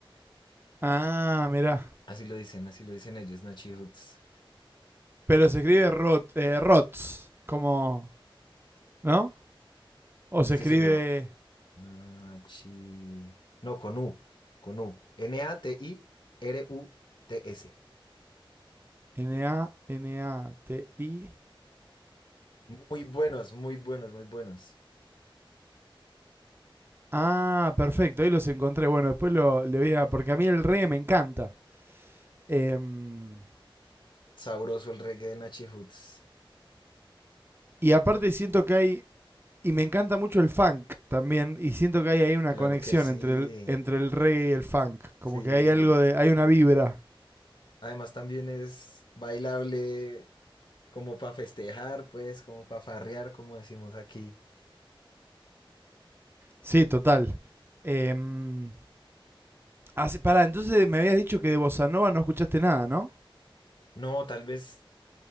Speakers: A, on the right; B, on the left.
A: Ah, mirá.
B: Así lo dicen, así lo dicen ellos, Nachi Hoots.
A: Pero se escribe Rot, eh, Rots, como, ¿no? O
B: No
A: se
B: estoy
A: escribe
B: seguro. Nachi. No, con U, con U. N-A-T-I-R-U-T-S.
A: N-A-N-A-T-I-R-U.
B: Muy buenos, muy buenos, muy buenos.
A: Ah, perfecto, ahí los encontré. Bueno, después lo, le voy a... Porque a mí el reggae me encanta. Em,
B: Sabroso el reggae de Nachi Hoods.
A: y aparte siento que hay... Y me encanta mucho el funk también. Y siento que hay ahí una
B: Claro
A: conexión
B: que sí,
A: entre el, entre el reggae y el funk. Como
B: sí.
A: que hay algo de... Hay una vibra.
B: Además también es bailable como para festejar, pues, como para farrear, como decimos aquí.
A: Sí, total. Em, hace- pará, entonces me habías dicho que de Bossa Nova no escuchaste nada, ¿no?
B: No, tal vez,